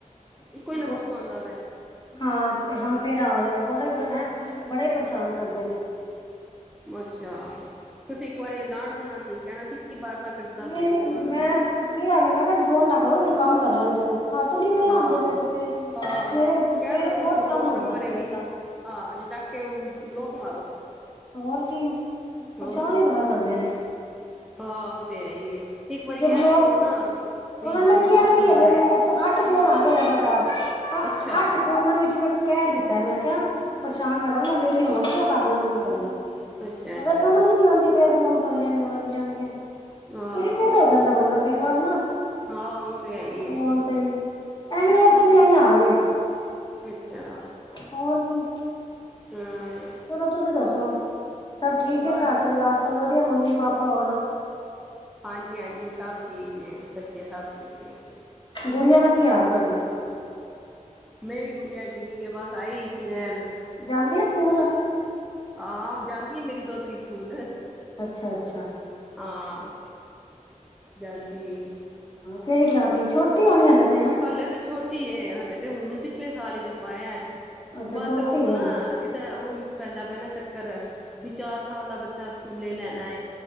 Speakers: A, in the centre; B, on the left.
A: ਇੱਕੋ
B: ਰਿਹਾ।
A: ਹੀ ਨੰਬਰ ਤੋਂ ਆਂਦਾ ਪਿਆ ਐ।
B: ਹਾਂ ਤੇ ਹੁਣ ਫਿਰ ਆ ਰੇਹਾ, ਬੜਾ ਹੀ ਹੈਂ ਬੜੇ ਹੀ ਪਰੇਸ਼ਾਨ ਕਰਦੇ ਨੇ।
A: ਅੱਛਾ, ਤੁਸੀਂ ਇੱਕ ਵਾਰੀ ਡਾਂਟ ਦੇਣਾ ਸੀ। ਕਹਿਣਾ ਸੀ ਕਿ ਬਾਰ ਬਾਰ ਕਰਦਾ
B: ਨਹੀਂ
A: ਪਿਆ ਫੋਨ
B: ਮੈਂ ਕੀ ਐਵੇ ਮੈਂ ਕਿਹਾ ਫੋਨ ਨਾ ਕਰੋ ਮੈਨੂੰ ਕੰਮ ਕਰ ਲੈਣ ਦੋ। ਹੱਥ ਨੀ ਵਿਹਲਾ
A: ਹਾਂ
B: ਆਉਂਦਾ ਸਵੇਰੇ-ਸਵੇਰੇ,
A: ਹਾਂ
B: ਸਵੇਰੇ-ਸਵੇਰੇ
A: ਕਹਿ ਦੋ
B: ਬਹੁਤ
A: ਰੋਂਗ
B: ਕੰਮ ਹੁੰਦਾ
A: ਨੰਬਰ
B: ਸਵੇਰ
A: ਹੈ ਬਈ
B: ਦਾ।
A: ਹਾਂ, ਇਹਨੂੰ ਚੱਕ ਕੇ ਬਲੋਕ ਮਾਰੋ।
B: ਹੋਰ ਕੀ ਪਰੇਸ਼ਾਨ
A: ਹੋਰ
B: ਹੀ ਬੜਾ ਕਰਦੇ ਨੇ।
A: ਹਾਂ ਉਹ ਤੇ ਹੈ ਹੀ ਏ, ਇੱਕ ਵਾਰੀ
B: ਜੇ
A: ਕਹ
B: ਬਲੋਕ
A: ਵੀ ਦੋ ਨਾ।
B: ਉਹਨਾਂ
A: ਵੀ ਹਾਂ
B: ਨੂੰ ਮੈਂ ਕਿਹਾ
A: ਰੋਂਗ ਨੰਬਰ
B: ਵੀ ਹਲੇ,
A: ਹੈ
B: ਮੈਂ ਅੱਠ ਫੋਨ ਆ ਗਏ ਲਗਾਤਾਰ।
A: ਅੱਛਾ
B: ਅੱਠ ਫੋਨਾ ਵਿੱਚ ਮੈਂ ਕਹਿ ਦਿੱਤਾ ਮੈਂ ਕਿਹਾ ਪਰੇਸ਼ਾਨ ਨਾ ਕਰੋ ਮੈਂ ਵਿਹਲੀ ਹੋਵਾਂਗੀ ਤੇ ਮੈਂ ਕਰ ਲਾਂਗੀ ਗੱਲ,
A: ਅੱਛਾ
B: ਮਗਰ
A: ਅੱਛਾ
B: ਸਮਝ ਨੀ ਆਦੀ ਫੇਰ ਫੋਨ ਕਰੀ ਜਾਣਗੇ, ਕਰੀ ਜਾਣਗੇ
A: ਹਾਂ
B: ਇਰੀਟੇਟ ਹੋ ਜਾਂਦਾ ਬੰਦਾ ਕਈ ਵਾਰ ਨਾ
A: ਹਾਂ ਉਹ ਤੇ ਹੈ ਹੀ
B: ਫੋਣ
A: ਹੈ
B: ਤੇ ਵੀ ਐਵੇਂ ਉੱਧਰ ਵੀ ਏਹੀ ਹਾਲ ਏ।
A: ਅੱਛਾ।
B: ਹੋਰ ਕੀ।
A: ਹੂੰ।
B: ਚਲੋ ਤੁਸੀਂ ਦੱਸੋ ਸਭ ਠੀਕ
A: ਬਸ
B: ਹੈ ਘਰ-ਪਰਿਵਾਰ ਸਭ ਵਧੀ ਆ ਮੰਮੀ-ਪਾਪਾ ਹੋਰ
A: ਹਾਂਜੀ-ਹਾਂਜੀ ਸਭ ਠੀਕ ਨੇ, ਬੱਚੇ ਸਭ ਠੀਕ ਨੇ।
B: ਗੁੜੀਆਂ ਦਾ ਕੀ ਹਾਲ ਤੁਹਾਡੀ।
A: ਮੇਰੀ ਗੁੜੀਆ ਠੀਕ ਏ ਬਸ, ਆਈ ਹੀ ਸੀ ਰਹਿਣ।
B: ਜਾਂਦੀ ਏ ਸਕੂਲ।
A: ਹਾਂ ਜਾਂਦੀ ਏ ਮੇਰੀ ਦੋਤਰੀ ਸਕੂਲ।
B: ਅੱਛਾ-ਅੱਛਾ।
A: ਹਾਂ ਜਾਂਦੀ ਏ।
B: ਕੇਹੜੀ ਕਲਾਸ ਸੀ ਛੋਟੀ ਹੋਣੀ ਹੱਲੇ ਤਾਂ
A: ਹਲੇ ਤਾਂ ਛੋਟੀ ਏ ਹਲੇ ਤੇ ਹੁਣ ਪਿਛਲੇ ਸਾਲ ਹੀ ਤੇ ਪਾਇਆ ।
B: ਅੱਛਾ
A: ਬਸ
B: ਛੋਟੀ
A: ਉਹ
B: ਹੈ
A: ਨਾ ਏਦਾਂ ਉਹਹੀ ਪੈਂਦਾ ਪੈਣਾ ਚੱਕ- ਵੀ ਚਾਰ ਸਾਲ ਦਾ ਬੱਚਾ ਸਕੂਲੇ ਲੈਣਾ